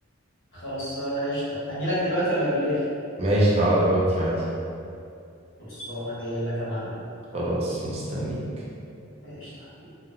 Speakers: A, on the left; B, on the right.
A: خلصانة قشطة اجيلك دلوقتي ولا بالليل
B: ماشي تعالى دلوقتي عادي
A: خلصانة جاي لك يا معلم
B: خلاص مستني
A: ايش حبيبي